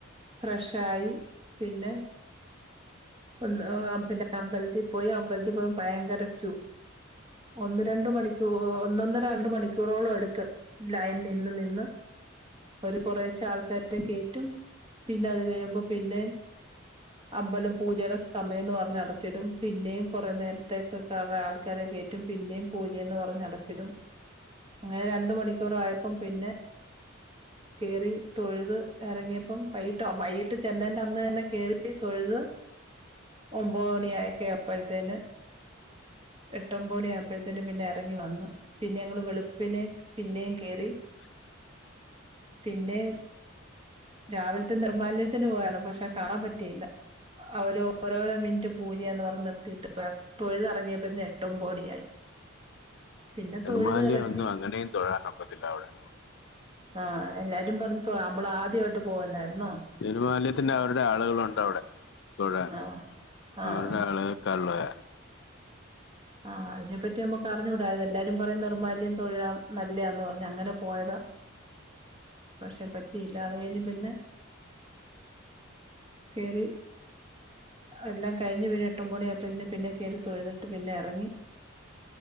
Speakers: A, on the right; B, on the left.
A: ഫ്രഷായി പിന്നെ ഒന്ന് പിന്നെ അമ്പലത്തി പോയി അമ്പലത്തി പോയ ഭയങ്കര ചൂ ഒന്ന് രണ്ട് മണിക്കൂർ ഒന്നൊന്നര രണ്ട് മണിക്കൂറോളം എടുത്ത് ലൈനി നിന്ന് നിന്ന് അവര് കൊറേഷെ ആൾക്കാരറ്റെ കേറ്റും പിന്നെ അത് കഴിയുമ്പോ പിന്നെ അമ്പലം പൂജയുടെ സമയംന്ന് പറഞ്ഞ് അടച്ചിടും പിന്നെയും കൊറെ നേരത്തേക്കൊക്കെ ആൾക്കാരെ റ്റും പിന്നെയും പൂജയന്ന് പറഞ്ഞ് അടച്ചിടും അങ്ങനെ രണ്ട് മണിക്കൂറ് ആയപ്പം പിന്നെ <inaudible> കേറി തൊഴ്ത് എറങ്ങിയപ്പം വൈകിട്ടോ വൈകിട്ട് ചെന്നേൻ്റെ അന്ന് തന്നെ കേറി തൊഴുത് ഒമ്പത് മണി ആയിക്ക അപ്പഴത്തേന് എട്ടൊമ്പ മണിയായപ്പഴത്തേന് പിന്നെ എറങ്ങി വന്ന് പിന്നെ ഞങ്ങള് വെളുപ്പിനെ പിന്നെയും കേറി
B: <inaudible>
A: പിന്നേം രാവിലത്തെ നിർമ്മാല്യത്തിന് പോയാണ് പക്ഷെ കാണാൻ പറ്റിയില്ല അവരോരോ മിനിറ്റും പൂജയാന്ന് പറഞ്ഞ് നിർത്തിട്ട് <unintelligible> തൊഴുത് എറങ്ങിയപ്പത്തിന് എട്ട് ഒമ്പത് മണിയായി പിന്നെ
B: നിർമാല്യം
A: തൊഴുത് ഇറങ്ങി
B: ഒന്നും അങ്ങനെയും തൊഴൻ ഒക്കത്തില്ല അവടെ
A: ആഹ് എല്ലാരും പറഞ് തൊ നമ്മള് ആദ്യായിട്ട് പോവല്ലാരുന്നോ
B: നീരുമാല്യത്തിന് അവരുടെ ആളുകളുണ്ട് അവടെ തൊഴാൻ
A: ആ ആ
B: അവരുടെ ആള് ക്കൾ വേ
A: ആഹ് അതിനെ പറ്റി നമ്മക്ക് അറിഞ്ഞൂട എല്ലാരും പറയും നിർമ്മാല്യം തൊഴാം നല്ലയാന്ന് പറഞ്ഞ് അങ്ങനെ പോയതാ പക്ഷെ പറ്റിയില്ല അത് കഴിഞ്ഞ് പിന്നെ കേറി എല്ലാം കഴിഞ്ഞ് പിന്നെ എട്ട് ഒമ്പണി ആയപ്പത്തിന് പിന്നെ കേറി തൊഴുതിട്ട് പിന്നെ എറങ്ങി